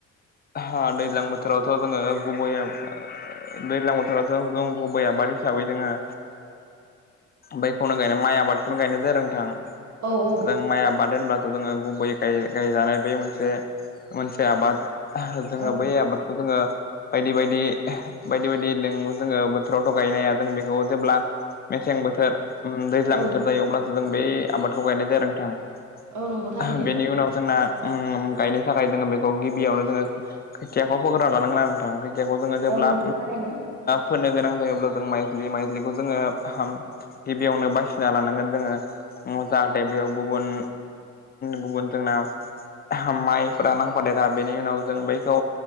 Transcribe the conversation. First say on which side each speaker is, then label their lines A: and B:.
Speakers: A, on the left (about 30°); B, on the right (about 70°).
A: हा दैज्लां बोथोरावथ' जोङो गुबैयै दैज्लां बोथोरावथ' जों गुबै आबाद हिसाबै जोंहा बैखौनो गायनाय माइ आबादखौनो गायनाय जादों नोंथां
B: औ औ
A: जों माइ आबाद होनबा जोङो गुबै गायजानाय बे मोनसे मोनसे आबाद जोङो
B: औ
A: बै आबाद खौ जोङो बायदि बायदि बायदि बायदि जोङो बोथोरावथ' गायनाया जों बेखौ जेब्ला मेसें बोथोर दैज्लां
B: औ
A: बोथोर जायो अब्लासो जों बै आबादखौ गायनाय जाया नोंथां
B: औ नंगौ थारैनो
A: बेनि उनाव जोंना गायनो थाखाय जोङो बेखौ गिबियावनो जोङो खोथियाखौ होग्रोना लानांगोना नोंथां खोथियाखौ जोङो जेब्ला
B: औ नंगौ थारैनो
A: फोननो गोनां जायोब्ला जों माइज्लि माइजलिखौ जोङोाम गिबियावनो बासिना लानांगोन जोङो। जाथे बेयाव गुबुन गुबुन जोंना माइफोरा नांफादेरा बेनि उनाव जों बैखौ